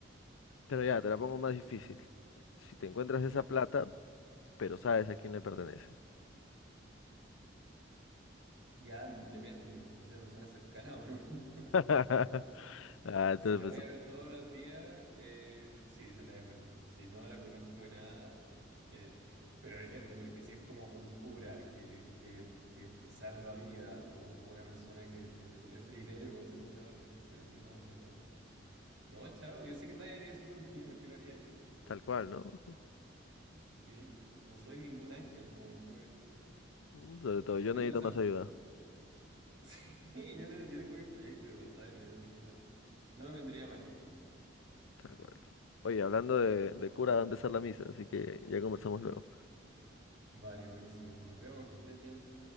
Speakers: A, on the left; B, on the right.
A: Pero ya, te la pongo más
B: en absoluto.
A: difícil. Si te encuentras
B: Ya,
A: esa plata, pero sabes a quién le pertenece.
B: ya depende si esa persona es cercana o no. <laughs>
A: <laughs> Ah, entonces,
B: Si la voy
A: pues,
B: a ver todos los días, eh, sí, se la devuelvo. Si no la conozco de nada, eh, pero depende, porque si es como un cura que, que, que salva vidas o como una persona que necesita ese dinero, igual se lo voy a devolver. Pero si no, en verdad. No, chao. Yo sé que nadie haría eso por mí, ¿por qué lo haría yo?
A: tal cual, ¿no?
B: Sí, no, no soy ningún ángel, como que wea.
A: Mm, Sobre todo,
B: No
A: yo
B: tengo
A: necesito
B: esa.
A: más ayuda.
B: <laughs> Sí, yo, te- yo tengo mi proyecto de igual, ¿sabes? Necesito hacer. No me vendría mal.
A: Tal cual. Oye, hablando de, de cura, va a empezar la misa, así que ya conversamos luego.
B: Vale, buenísimo. Nos vemos, que estés bien.